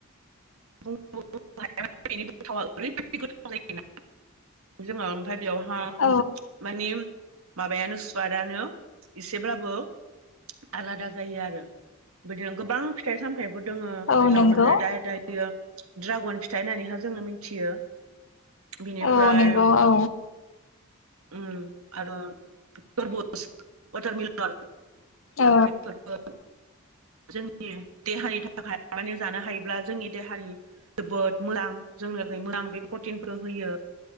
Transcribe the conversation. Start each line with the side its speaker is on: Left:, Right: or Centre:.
Right: <unintelligible> गोथावा ओरैबादि गोथाव जायोना जोङो ओमफ्राय बियावहा
Left: औ
Right: मानि माबायानो सुवाटानो एसेब्लाबो आलादा जायो आरो। बिदिनो गोबां फिथाइ सामथायबो दङो
Left: औ
Right: दैलांआव
Left: नंगौ
Right: मोननाय दाय दाय यो द्रागन फिथाइ होननानैहा जोङो मिथियो। बिनिफ्राय
Left: औ नोंगौ औ।
Right: उम आरो टरबुस वाटार मिलन
Left: औ
Right: बेफोरबो जोंनि देहानि थाखाय माने जानो हायो ब्ला जोंनि देहानि जोबोद मोजां। जोंनो बे मोजां बे प्रटिनखौ होयो।